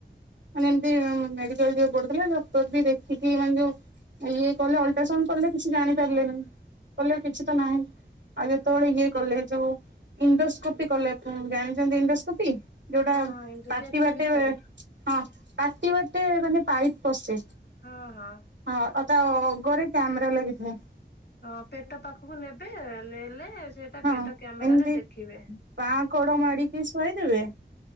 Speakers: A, on the right (about 80°); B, on the left (about 70°).
A: ମାନେ ଏମତି ମେଡିକାଲ ଯିବାକୁ ପଡୁଥିଲା ଡକ୍ଟର ବି ଦେଖିକି ମାନେ ଯୋଉ ଇଏ କଲେ ଅଲଟ୍ରାସାଉଣ୍ଡ୍ କଲେ କିଛି ଜାଣିପାରିଲେନି କହିଲେ କିଛି ତ ନାହିଁ। ଆଉ ଯେତେବେଳେ ଇଏ କଲେ ଯୋଉ ଇଣ୍ଡୋସ୍କୋପି କଲାଠୁ ଜାଣିଚନ୍ତି ଇଣ୍ଡସ୍କୋପି? ଯୋଉଟା
B: ହଁ ଏମତି
A: ପାଟି
B: ପେଟ
A: ବାଟେ
B: ଭିତରେ
A: ହଁ ପାଟି ବାଟେ ମାନେ ପାଇପ୍ ପଶେ
B: ହଁ ହଁ
A: ହଁ ଆଉ ତା ଅଗରେ କ୍ୟାମେରା ଲାଗିଥାଏ।
B: ହଁ ପେଟ ପାଖକୁ ନେବେ ନେଲେ ସେଟା
A: ହଁ
B: ପେଟ କ୍ୟାମେରାରେ
A: ଏମିତି
B: ଦେଖିବେ।
A: ବାଁ କଡ ମାଡିକି ଶୁଆଇଦେବେ